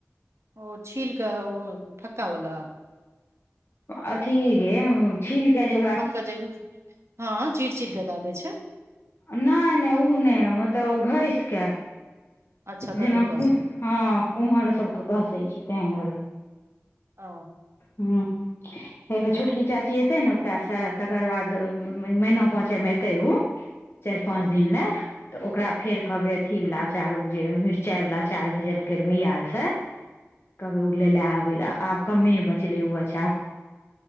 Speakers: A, on the right; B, on the left.
A: ओ छील कऽ ओ फक्का वाला
B: अथी गे छील कऽ जे ओकरा
A: काजे ह हँ, चिड़ चिड़ कऽ दै छै
B: नहि नहि ओ नहि मतलब घसिकऽ
A: अच्छा कद्दूकस
B: जेना कऽ
A: के
B: हँ कुम्हर सभके घसै छै तेहन बला
A: ओ
B: हँ हे बेर छोटकी चाची एतै ने ओतय सँ तकर बाद मैना पाँचैमे एतै ओ चारि पाँच दिन ले तऽ ओकरा फेर कहबै अथी वला अचार ओ जे मिरचाई वला अचार भेजलकै भैया से कहबै ओ लए लए आबै आब कमे बचलै ओ अचार